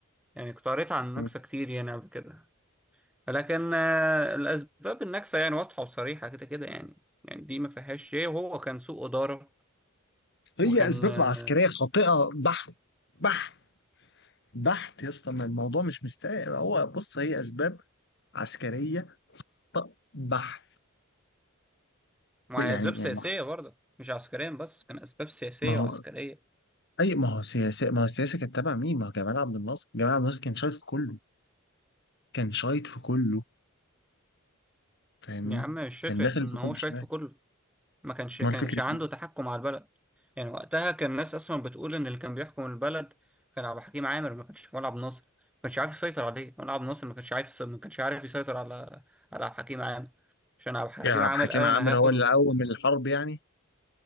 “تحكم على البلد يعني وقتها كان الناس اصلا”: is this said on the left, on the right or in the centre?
Centre